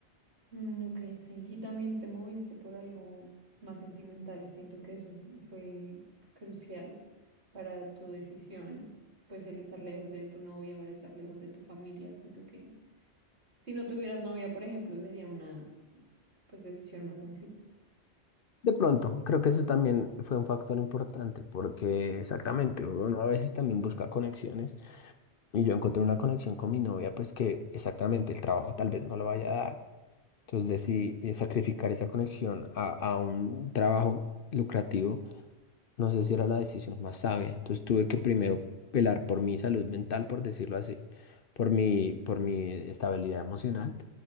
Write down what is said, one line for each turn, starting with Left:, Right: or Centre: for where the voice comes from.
Right: Mm, ok, sí. Y también te moviste por algo más sentimental. Siento que eso fue crucial para tu decisión. Pues el estar lejos de tu novia o el estar lejos de tu familia. Siento que si no tuvieras novia, por ejemplo, sería una pues decisión más sencilla.
Left: De pronto, creo que eso también fue un factor importante porque exactamente, uno a veces también busca conexiones y yo encontré una conexión con mi novia, pues que exactamente el trabajo tal vez no lo vaya a dar. Entonces decidí eh, sacrificar esa conexión a, a un trabajo lucrativo No sé si era la decisión más sabia. Entonces tuve que primero velar por mi salud mental, por decirlo así, por mi, por mi estabilidad emocional,